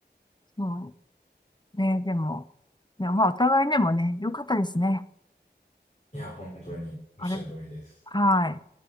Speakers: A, on the left; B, on the left.
A: そうね、でも、いや、まあ、お互いでもね、良かったですね。
B: いや、本当におっしゃる通りです。
A: あれ、はい。